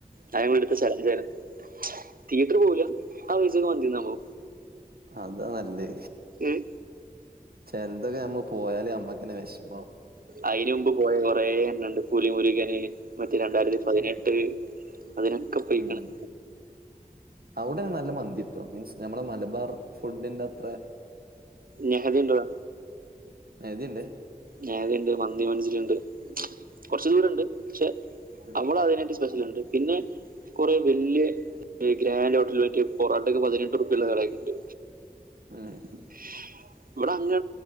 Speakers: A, on the right (about 70°); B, on the right (about 80°).
A: ഞങ്ങൾ എടുത്ത ശരചാരം തിയേറ്റർ പോവൂല ആ പൈസക്ക് മന്തിന്നപോ
B: അതാ നല്ലേ
A: ഉം
B: ചെലതൊക്കെ നഞമ്മ പോയാലേ നമ്മക്കനേ വിഷമാവും
A: അതിന് മുമ്പ് പോയ കൊറെ എണണ്ട് പുലി മുരുകന് മറ്റേ രണ്ടായിരത്തി പതിനെട്ട്
B: ഉം.
A: അതിനൊക്കെ പോയിക്കണം
B: ഉം. അവിടെ നല്ല മന്തിട്ടു മീൻസ് നഞമ്മള മലബാർ ഫുഡിന്റെ അത്ര
A: നെഹതി എന്തുവാ
B: ഇത്ണ്ട്
A: മേഖുണ്ട് മന്തി മനൻസ്സിലുണ്ട് കൊറച്ചു ദൂരംണ്ട് പക്ഷെ
B: ഉം.
A: നമ്മള് അതിനായിട്ട് സ്പെഷ്യൽണ്ട് പിന്നെ കുറെ വല്യ ഗ്രാൻഡ് ഹോട്ടലക്കേ പൊറോട്ടക്ക് പതിനെട്ട് റുപ്യുള്ള കടയൊക്കെ ഉണ്ട്.
B: ഉം.
A: <unintelligible> ഇവിടെ അങ്ങ